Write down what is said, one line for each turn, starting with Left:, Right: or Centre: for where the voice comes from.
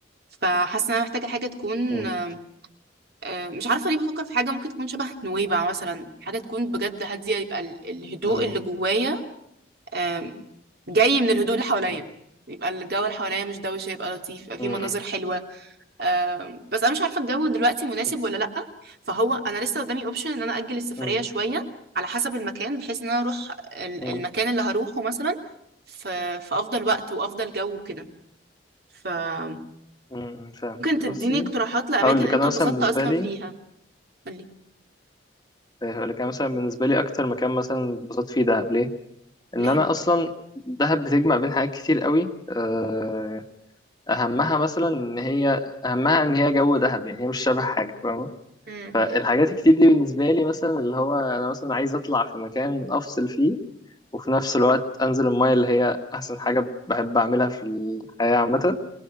Right: فحاسة إن أنا محتاجة حاجة تكون
Left: مم.
Right: آه، آه، مش عارفة ليه بفكر في حاجة ممكن تكون شبه نويبع مثلا حاجة تكون بجد هادية يبقى ال- الهدوء
Left: مم.
Right: اللي جوايا آم، جاي من الهدوء اللي حواليا
Left: مم.
Right: يبقى الجو اللي حواليا مش دوشة يبقى لطيف يبقى
Left: مم.
Right: فيه مناظر حلوة آم، بس أنا مش عارفة الجو دلوقتي مناسب
Left: مم.
Right: ولا لأ فهو أنا لسه قدامي أوبشن إن أنا أجل السفرية
Left: مم.
Right: شوية على حسب المكان بحيث إن أنا أروح ال-
Left: مم.
Right: المكان اللي هروحه مثلا في في أفضل وقت وأفضل جو وكده فممكن
Left: مم. فاهم بصي
Right: تديني اقتراحات لأماكن
Left: هقول لك
Right: أنت
Left: انا
Right: اتبسطت
Left: مثلا بالنسبه
Right: أصلا
Left: لي
Right: فيها قولي
Left: هقول لك أنا مثلا بالنسبة لي أكتر مكان مثلا اتبسطت فيه دهب ليه؟ إن
Right: ليه
Left: أنا أصلا دهب بتجمع بين حاجات كتير قوي آه، أهمها مثلا إن هي أهمها إن هي جو دهب يعني هي مش شبه حاجة فاهمة؟
Right: مم.
Left: فالحاجات الكتير دي بالنسبة لي مثلا اللي هو أنا مثلا عايز أطلع في مكان أفصل فيه وفي نفس الوقت أنزل المايه اللي هي أحسن حاجة بحب أعملها في الحياة عامة